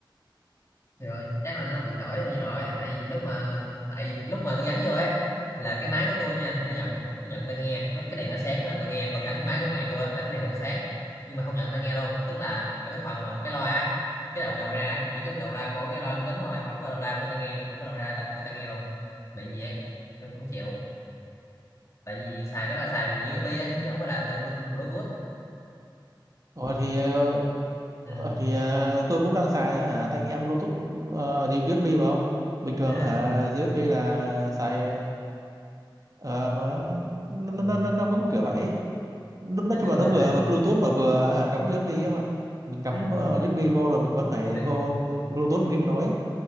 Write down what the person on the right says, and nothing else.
Ừ.
Ồ, thì ờ,
ờ, thì ờ, tôi cũng đang xài hả tai nghe Bluetooth ờ, gì, USB mà ông bình thường
hả USB là xài ờ, mà nó, nó,
nó, nó, nó cũng kiểu vậy Nó- nói
chung
là nó
vừa, vừa Bluetooth mà vừa hả, cắm USB không mà mình cắm
ờ,
USB vô rồi mình vẫn phải
vô
ờ, Bluetooth mình kết nối